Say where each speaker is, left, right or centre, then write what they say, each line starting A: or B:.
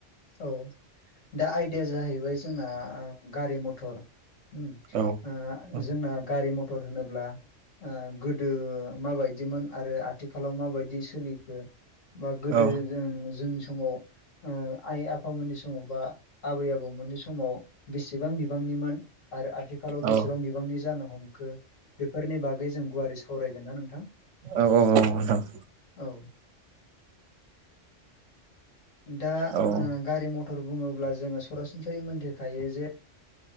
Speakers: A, on the left; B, on the right.
A: औ दा आयदाया जाहैबाय जोंना गारि मथर ओ
B: औ औ
A: जोंना गारि मथर होनोब्ला ओ गोदो माबायदिमोन आरो आथिखालाव माबायदि सोलिखो बा गोदो
B: औ
A: जों जोंनि समाव ओ आइ आफामोननि समाव बा आबै आबौमोननि समाव बेसेबां बिबांनिमोन आरो आथिखालाव बेसेबां
B: औ
A: बिबांनि जानो हमखो बेफोरनि बागै जों गुवारै सावरायगोन ना नोंथां।
B: औ-औ-औ मोजां।
A: औ दा
B: औ
A: ओ गारि मथर बुङोब्ला जोङो सरासनस्रै मोनथिखायो जे